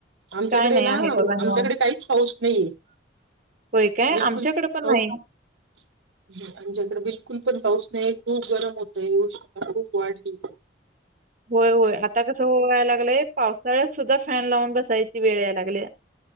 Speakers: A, on the right; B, on the right.
A: आमच्याकडे
B: काय नाही
A: ना
B: आहे
A: आमच्याकडे
B: बघा निवांत.
A: काहीच पाऊस नाहीये.
B: होय काय
A: बिलकुल
B: आमच्याकडे पण
A: पाऊ-
B: नाही
A: आमच्या कडे बिलकुल पण पाऊस नाही खूप गरम होतय, उष्णता खूप वाढली.
B: होय होय, आता कसं हो व्हायला लागलंय. पावसाळ्यात सुद्धा फॅन लावून बसायची वेळ याय लागल्या.